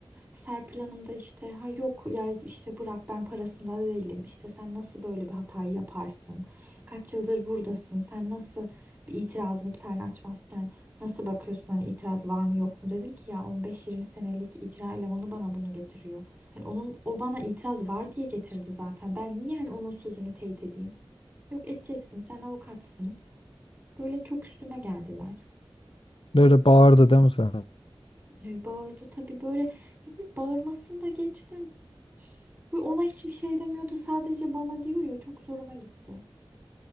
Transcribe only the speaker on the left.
Böyle bağırdı değil mi sana?